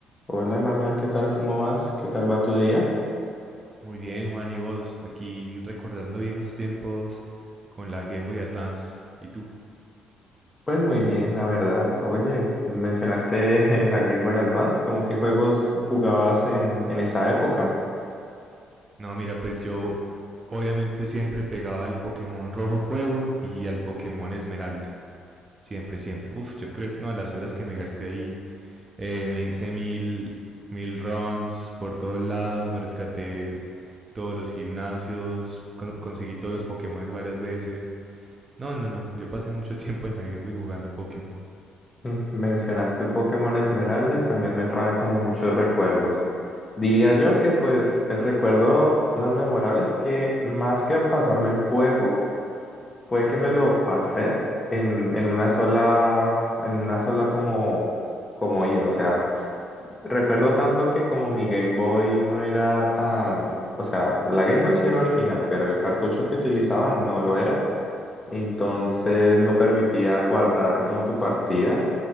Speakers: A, on the left (about 25°); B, on the right (about 35°).
A: Hola Manuel, ¿qué tal? ¿Cómo vas? ¿Qué tal va tu día?
B: Muy bien, Juan y vos, aquí recordando viejos tiempos con la Game Boy Advance. ¿Y tú?
A: Pues muy bien, la verdad. Oye, mencionaste <laughs> la Game Boy Advance, ¿cómo qué juegos jugabas en, en esa época?
B: No, mira, pues yo obviamente siempre pegaba al Pokémon Rojo Fuego y al Pokémon Esmeralda. Siempre, siempre. Uf, yo creo, no, las horas que me gasté ahí, eh, me hice mil, mil runs por todos lados, me rescaté todos los gimnasios, con- conseguí todos los Pokémones varias veces. No, no, no, yo pasé mucho tiempo en la Game Boy jugando Pokémon.
A: Mm, Mencionaste Pokémon Esmeralda y también me trae como muchos recuerdos. Diría yo que pues el recuerdo más memorable es que más que pasarme el juego, fue que me lo pasé en, en una sola, en una sola como, como ida, o sea. Recuerdo tanto que como mi Game Boy no era tan, o sea, la Game Boy sí era original, pero el cartucho que utilizaba no lo era, entonces no permitía guardar como tu partida